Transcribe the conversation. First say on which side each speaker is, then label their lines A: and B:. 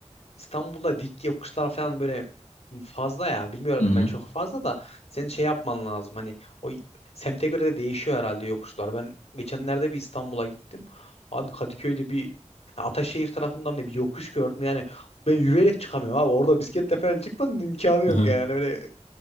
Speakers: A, on the left; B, on the left.
A: İstanbul'da dik yokuşlar falan böyle fazla ya. Bilmiyorum
B: Hı hı.
A: ben çok fazla da senin şey yapman lazım. Hani o y- semte göre de değişiyor herhalde yokuşlar. Ben geçenlerde bir İstanbul'a gittim. Abi Kadıköy'de bir ha, Ataşehir tarafından da bir yokuş gördüm. Yani ben yürüyerek çıkamıyorum abi. Orada bisikletle falan çıkmanın imkanı yok
B: Hı hı.
A: yani. Öyle